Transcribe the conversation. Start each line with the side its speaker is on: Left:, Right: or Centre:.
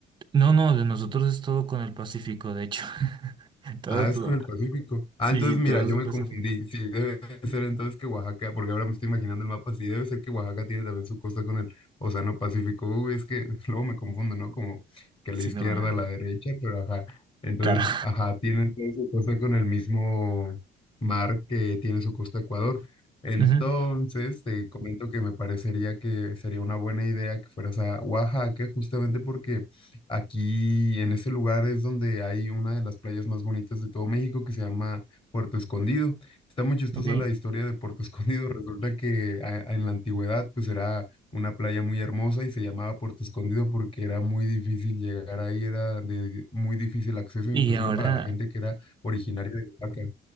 Right: No, no, de nosotros es todo con el Pacífico, de hecho. <laughs> Todo,
Left: Ah, es
Right: todo.
Left: con el Pacífico. Ah,
Right: Sí,
Left: entonces
Right: sí,
Left: mira,
Right: todo
Left: yo
Right: es el
Left: me
Right: Pacífico.
Left: confundí. Sí, debe ser entonces que Oaxaca, porque ahora me estoy imaginando el mapa, sí, debe ser que Oaxaca tiene también su costa con el Océano Pacífico. Uy, es que <laughs> luego me confundo, ¿no? Como que
Right: Sí,
Left: la izquierda,
Right: no. eh,
Left: la derecha, pero ajá. Entonces,
Right: Claro.
Left: ajá, tiene entonces su costa con el mismo mar que tiene su costa Ecuador. Entonces,
Right: <laughs> Ujú,
Left: te comento que me parecería que sería una buena idea que fueras a Oaxaca, justamente porque Aquí en ese lugar es donde hay una de las playas más bonitas de todo México que se llama Puerto Escondido. Está muy chistosa
Right: Ok.
Left: la historia de Puerto Escondido. <laughs> Resulta que a- a- en la antigüedad pues era una playa muy hermosa y se llamaba Puerto Escondido porque era muy difícil llegar ahí, era de muy difícil acceso
Right: Y
Left: inclusive
Right: ahora,
Left: para la gente que era originaria de Oaxaca.